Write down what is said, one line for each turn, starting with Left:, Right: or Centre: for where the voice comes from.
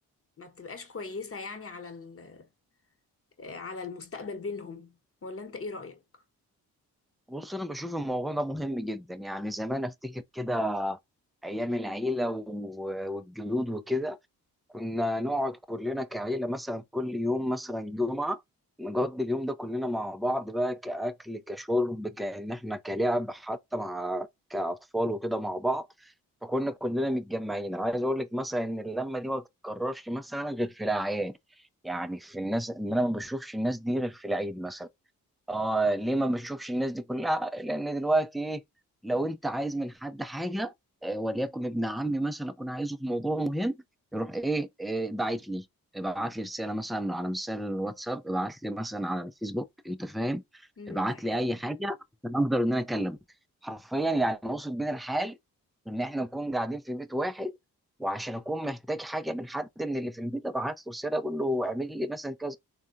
Left: ما بتبقاش كويسة يعني على ال- آه، على المستقبل بينهم ولا انت ايه رأيك؟
Centre: بص انا بشوف الموضوع ده مهم جدا يعني زمان افتكر كده ايام العيله و- والجدود وكده كنا نقعد كلنا كعيلة مثلا كل يوم مثلا جمعة نقضي اليوم ده كلنا مع بعض بقى كأكل كشرب كأن احنا كلعب حتى مع كأطفال وكده مع بعض فكنا كلنا متجمعين عايز اقول لك مثلا ان اللمة دي ما بتتكررش مثلا غير في الأعياد يعني في الناس ان انا ما بشوفش الناس دي غير في العيد مثلا اه ليه ما بتشوفش الناس دي كلها لان دلوقتي ايه لو انت عايز من حد حاجه آه، وليكن ابن عمي مثلا اكون عايزه في موضوع مهم يروح ايه آه، باعت لي ابعت لي رساله مثلا على مثال الواتساب ابعت لي مثلا على الفيسبوك انت فاهم
Left: امم
Centre: ابعت
Left: ده حقيقي
Centre: لي اي حاجه عشان اقدر ان انا اكلمه حرفيا يعني وصل بينا الحال ان احنا نكون قاعدين في بيت واحد وعشان اكون محتاج حاجه من حد من اللي في البيت ابعت له رساله اقول له اعمل لي مثلا كذا